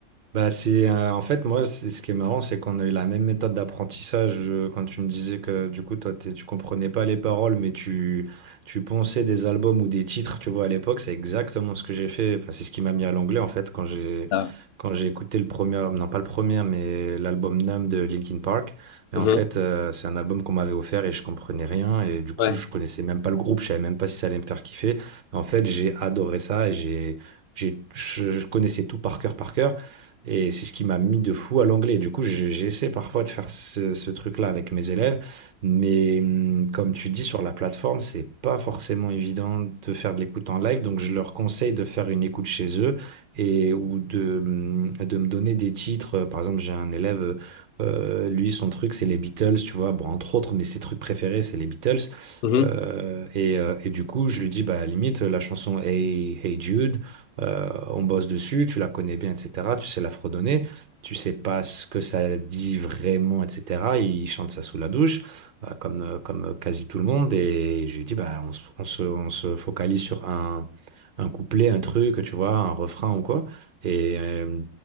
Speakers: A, on the right (about 45°); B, on the left (about 60°).
A: Bah c'est euh, en fait moi c'est ce qui est marrant c'est qu'on a eu la même méthode d'apprentissage euh, quand tu me disais que du coup toi t'es- tu comprenais pas les paroles mais tu tu ponçais des albums ou des titres tu vois à l'époque c'est exactement ce que j'ai fait enfin c'est ce qui m'a mis à l'anglais en fait quand j'ai
B: Ah.
A: quand j'ai écouté le premier non pas le premier mais l'album Numb de Linkin Park et
B: Mhm.
A: en fait euh, c'est un album qu'on m'avait offert et je comprenais rien et du coup
B: Ouais.
A: je connaissais même pas le groupe je savais même pas si ça allait me faire kiffer en fait j'ai adoré ça et j'ai j'ai je je connaissais tout par cœur par cœur et c'est ce qui m'a mis de fou à l'anglais. Du coup, j'ai- j'essaie parfois de faire ce, ce truc-là avec mes élèves, mais hum, comme tu dis, sur la plateforme, c'est pas forcément évident de faire de l'écoute en live. Donc, je leur conseille de faire une écoute chez eux et ou de, hum, de me donner des titres. Par exemple, j'ai un élève, euh, lui, son truc, c'est les Beatles, tu vois. Bon, entre autres, mais ses trucs préférés, c'est les Beatles.
B: Mhm.
A: Euh, et, euh, et du coup, je lui dis, bah, à la limite, la chanson Hey, Hey Jude. Euh, on bosse dessus, tu la connais bien, etc. Tu sais la fredonner, tu sais pas ce que ça dit vraiment, etc. Il chante ça sous la douche, euh, comme, euh, comme quasi tout le monde. Et je lui dis, bah, on, se, on se- on se focalise sur un, un couplet, un truc, tu vois, un refrain ou quoi. Et, euh,